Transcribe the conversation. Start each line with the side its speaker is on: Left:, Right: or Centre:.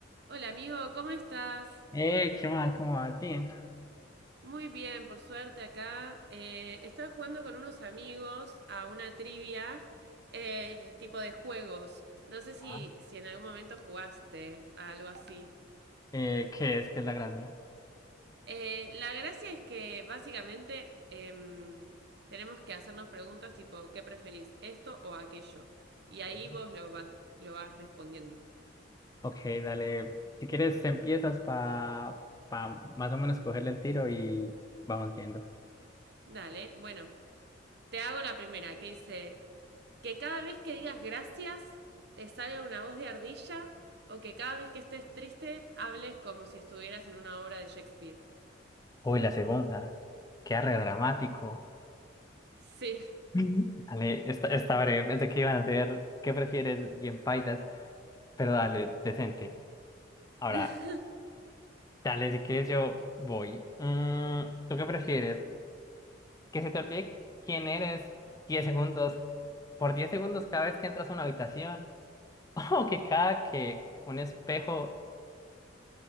Right: Hola amigo, ¿cómo estás?
Left: Eh, ¿qué más? ¿Cómo vas? Bien.
Right: Muy bien, por suerte acá. Eh, estaba jugando con unos amigos a una trivia eh, tipo de juegos. No sé si,
Left: Ah,
Right: si en algún momento jugaste a algo así.
Left: Eh, ¿qué es? ¿Qué es la gracia?
Right: Eh, la gracia es que básicamente em, tenemos que hacernos preguntas tipo, ¿qué preferís? ¿Esto o aquello? Y
Left: ok.
Right: ahí vos lo vas, lo vas respondiendo.
Left: Ok, dale. Si quieres, empiezas para pa pa más o menos cogerle el tiro y vamos viendo.
Right: Dale, bueno, te hago la primera que dice... Que cada vez que digas gracias te salga una voz de ardilla o que cada vez que estés triste hables como si estuvieras en una obra de Shakespeare.
Left: Uy, la segunda. Qué arre dramático.
Right: Sí,
Left: Mm. Dale, esta, esta breve. Pensé que iban a hacer ¿qué prefieres? Bien pailas, pero dale, decente. Ahora,
Right: <laughs>
Left: dale, si quieres yo voy. Mm, ¿tú qué prefieres? Que se te olvide quién eres 10 segundos, por 10 segundos cada vez que entras a una habitación. O que cada que un espejo,